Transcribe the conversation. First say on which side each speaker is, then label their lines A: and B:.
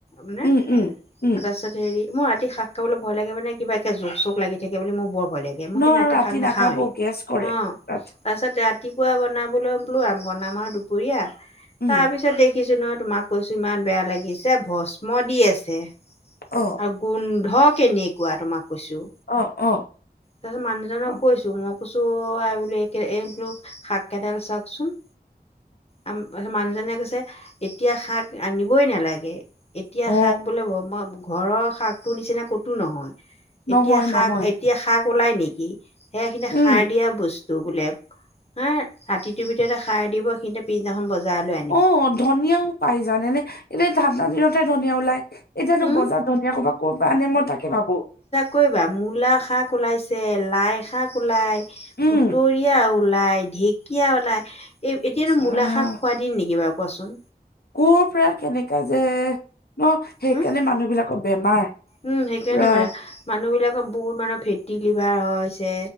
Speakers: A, on the left; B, on the left.
A: মানে,
B: উম উম উম
A: তাৰপিছত হেৰি মোৰ ৰাতি শাক খাবলৈ ভয় লাগে মানে কিবা একে জোক চোক লাগি থাকে বুলি মোৰ বৰ ভয় লাগে। গে মই
B: ন
A: সেইকাৰণে
B: আৰু
A: ৰাতি শাক নাখাওৱেই।
B: নাখাব গেছ কৰে
A: অ।
B: ৰাতি
A: তাৰপিছত ৰাতিপুৱা বনাবলৈ বোলো বনাম আৰু দুপৰীয়া
B: উম
A: তাৰপিছত দেখ দেখিছো নহ তোমাক কৈছো ইমান বেয়া লাগিছে ভস্ম দি আছে।
B: অ।
A: আৰু গোন্ধ কেনেকুৱা তোমাক কৈছো।
B: অ, অ।
A: তাৰপিছত মানুহজনক
B: অ
A: কৈছো মই কৈছো অ আই বোলো এইকে এইটো শাককেইডাল চাওকচোন। আম তাৰপিছত মানুহজনীয়ে কৈছে এতিয়া শাক আনিবই নালাগে। এতিয়া
B: অ
A: শাক বোলে মই ঘৰৰ শাকটোৰ নিচিনা ক'তো নহয়।
B: নহয়
A: এতিয়া শাক
B: নহয়
A: এতিয়া শাক ওলাই নেকি? সেইখিনি
B: উম
A: সাৰ দিয়া বচ টো বোলে। হা ৰাতিটোৰ ভিতৰতে সাৰ দিব সিহঁতে পিছদিনাখন বজাৰলে আ
B: অ ধনিয়াও পাই জানেনে এনে ঠাণ্ডা দিনতহে ধনিয়া ওলায়। এতিয়াতো
A: হম
B: বজাৰত ধনীয়া সোপা ক'ৰ পৰা আনে মই তাকে ভাবো।
A: কৈবা মূলা শাক ওলাইছে, লাই শাক ওলাই,
B: উম
A: সুতৰীয়া ও ওলাই ঢেকীয়া ওলাই, এই এতিয়াতো মূলা
B: আহ
A: শাক খোৱা দিন নেকি বাৰু কোৱাচোন।
B: ক'ৰ পৰা কেনেকে যে অ সেইকাৰণে
A: হম
B: মানুহ বিলাকৰ বেমাৰ, পুৰা
A: উম সেইকাৰণে মানে মানুহবিলাকৰ বহুত মানৰ ফেটি লিভাৰ হৈছে,